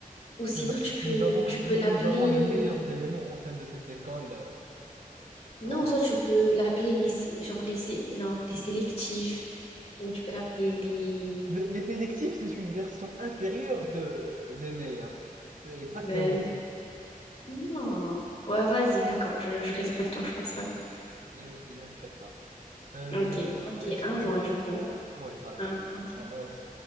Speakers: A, on the left (about 45°); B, on the right (about 60°).
A: Ou sinon
B: Nous, a-
A: tu peux
B: nous avons,
A: tu
B: nous,
A: peux l'appeler.
B: nous avons les meilleurs éléments au sein de cette école, euh,
A: Non,
B: quoi.
A: soit tu peux l'appeler les sé- genre les sé- non les sélectifs. Ou tu peux l'appeler les.
B: Les, les sélectifs, c'est une version inférieure de les meilleurs. C'est exactement
A: Ben,
B: ça.
A: non. Ouais, vas-y, d'accord. Je, je respecte ton choix, c'est pas grave.
B: Il est, il est respectable. Euh,
A: Ok,
B: du
A: ok.
B: coup, est-ce
A: Un
B: que tu
A: mois
B: préfères...
A: du coup.
B: Ouais, vas-y.
A: Un, ok.
B: Ouais, vas-y.